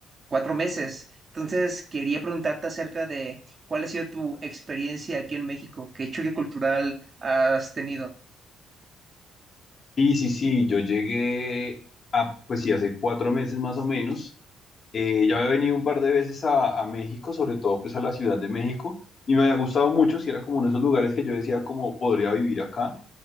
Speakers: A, on the right (about 35°); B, on the left (about 45°).
A: cuatro meses. Entonces, quería preguntarte acerca de cuál ha sido tu experiencia aquí en México, qué choque cultural has tenido.
B: Sí, sí, sí, yo llegué a, pues sí, hace cuatro meses más o menos. Eh, ya había venido un par de veces a, a México, sobre todo pues a la Ciudad de México, y me había gustado mucho, si era como uno de esos lugares que yo decía como podría vivir acá,